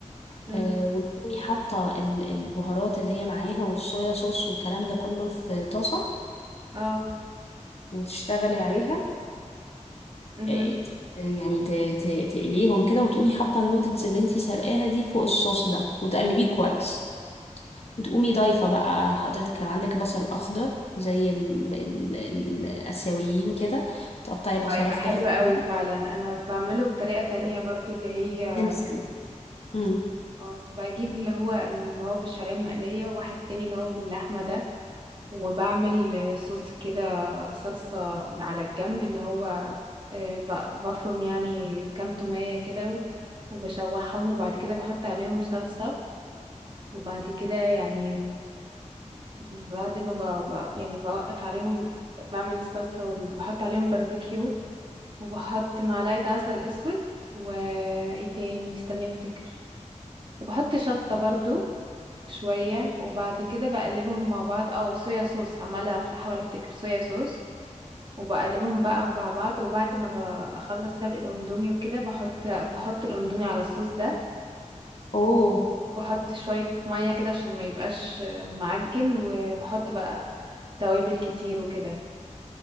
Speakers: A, on the right (about 40°); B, on the left (about 55°).
A: امم
B: آه وتقومي حاطه ال- البهارات اللي هي معاها والصويا صوص والكلام ده كله في طاسه
A: اه
B: وتشتغلي عليها
A: امم
B: آه، ت- يعني ت- ت- تقليهم كده وتقومي حاطة النودلز اللي انتي سلقاها دي فوق الصوص ده وتقلبيه كويس وتقومي ضايفة بقى حضرتك لو عندك بصل أخضر زي ال ال الآسيويين كده بتقطعي بصل
A: هيبقى
B: أخضر
A: حلو
B: فوقيهم
A: قوي فعلا انا بعمله بطريقة تانية برضو اللي هي
B: وسمسم امم
A: بس اه بجيب اللي هو اللي هو بالشعرية المقلية وواحد تاني اللي هو باللحمة ده وبعمل آه، صوص كده صلصة على الجنب اللي هو آه، ب- بفرم يعني كام تومية كده و- وبشوحهم وبعد كده بحط عليهم صلصة وبعد كده يعني بعد ما ب... ب... يعني بوقف عليهم بعمل الصلصة وبحط عليهم باربيكيو وبحط معلقة عسل اسود وايه تاني استني افتكر وبحط شطة برضو شوية وبعد كده بقلبهم مع بعض اه صويا صوص عمالة أف- احاول افتكر صويا صوص وبقلبهم بقى مع بعض وبعد ما بخلص سلق الاندومي وكده بحط بحط الاندومي على الصوص ده
B: اوه
A: وبحط شوية مية كده عشان ما يبقاش معجن وبحط بقى توابل كتير وكده